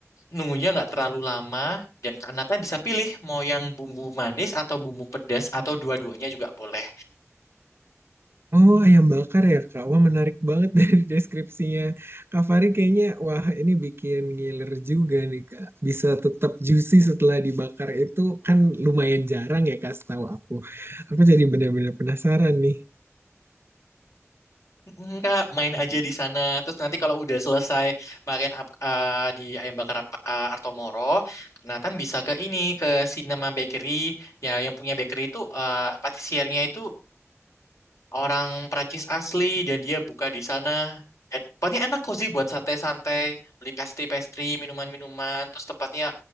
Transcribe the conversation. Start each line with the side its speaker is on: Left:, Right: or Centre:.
Left: Nunggunya nggak terlalu lama dan karena kan bisa pilih mau yang bumbu manis atau bumbu pedas atau dua-duanya juga boleh.
Right: Oh, ayam bakar ya, Kak. Wah, menarik banget <laughs> dari deskripsinya. Kak Fari kayaknya, wah ini bikin ngiler juga nih, Kak. Bisa tetap juicy setelah dibakar itu kan lumayan jarang ya, Kak, setahu aku. Aku jadi benar-benar penasaran nih.
Left: Enggak, main aja di sana. Terus nanti kalau udah selesai makan ap- eh, di ayam bakar ap- eh, Artomoro, Nathan bisa ke ini ke Cinema Bakery. Ya, yang punya bakery itu eh patisiernya itu orang Prancis asli dan dia buka di sana. Dan tempatnya enak cozy buat santai-santai, beli pastry-pastry, minuman-minuman, terus tempatnya